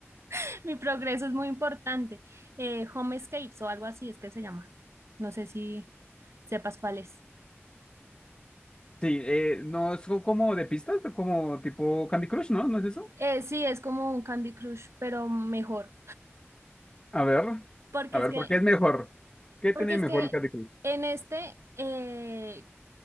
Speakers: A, on the right; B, on the left.
A: <laughs> mi progreso es muy importante. Eh, Home Escapes o algo así es que se llama. No sé si sepas cuál es.
B: Sí, eh, no es como de pistas, como tipo Candy Crush, ¿no? ¿No es eso?
A: Eh, sí, es como un Candy Crush, pero mejor.
B: A ver,
A: Porque
B: a
A: es
B: ver,
A: que
B: ¿por qué es mejor? ¿Qué
A: Porque
B: tiene
A: es
B: mejor
A: que
B: el Candy Crush?
A: en este eh,